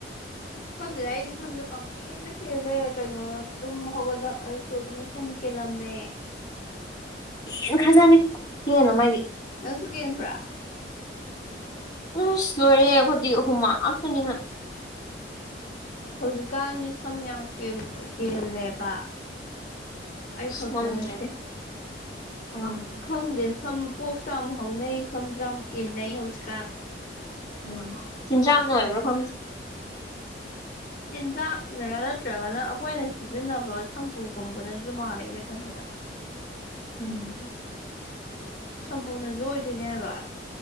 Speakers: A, on the left; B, on the left.
A: ꯈꯪꯗꯦꯗ ꯑꯩꯗꯤ ꯁꯝꯁꯦ ꯄꯪꯀꯦꯟ ꯀꯦꯜꯂꯦ ꯀꯩꯅꯣ ꯇꯨꯝ ꯍꯧꯒꯠꯂꯛꯑꯁꯨ ꯑꯗꯨꯝ ꯁꯝ ꯀꯦꯜꯂꯝꯃꯦ
B: ꯀꯦꯟꯈ꯭ꯔꯖꯠꯅꯤ ꯈꯨꯠꯀꯦꯟ ꯑꯃ
A: ꯅꯪꯁꯨꯨ ꯀꯦꯟꯕ꯭ꯔꯥ
B: ꯑꯨꯁ ꯂꯣꯏꯔꯦ ꯑꯩꯈꯣꯏꯗꯤ ꯍꯨꯃꯥꯟ ꯉꯥꯛꯇꯅꯤꯅ
A: ꯍꯧꯖꯤꯛꯀꯥꯟꯗꯤ ꯁꯝ ꯌꯥꯝ ꯀꯦꯜ-ꯀꯦꯜꯂꯦꯕ ꯑꯩꯈꯛꯇ
B: ꯑꯁ ꯉꯝꯗ꯭ꯔꯦ
A: ꯅꯠꯇꯦ
B: ꯎꯝ
A: ꯈꯪꯗꯦ ꯁꯝ ꯄꯣꯛꯁꯨ ꯌꯥꯝ ꯍꯧꯅꯩ ꯁꯝꯖꯨ ꯌꯥꯝ ꯀꯦꯟꯅꯩ ꯍꯧꯖꯤꯛꯀꯥꯟ
B: ꯎꯝ ꯆꯤꯟꯖꯥꯛꯅ ꯑꯣꯏꯕ꯭ꯔꯣ ꯈꯪꯗꯦ
A: ꯆꯤꯟꯖꯥꯛꯅꯔꯥ ꯅꯠꯇ꯭ꯔꯒꯅ ꯑꯩꯈꯣꯏꯅ ꯁꯤꯖꯤꯟꯅꯕ ꯁꯝꯄꯨꯒꯨꯝꯕꯅꯁꯨ ꯃꯥꯥꯜꯂꯦ ꯑꯩꯅ ꯈꯟꯕꯗ
B: ꯎꯝ
A: ꯁꯝꯄꯨꯅꯁꯨ ꯑꯣꯏꯗꯣꯏꯅꯦ ꯍꯥꯢꯕ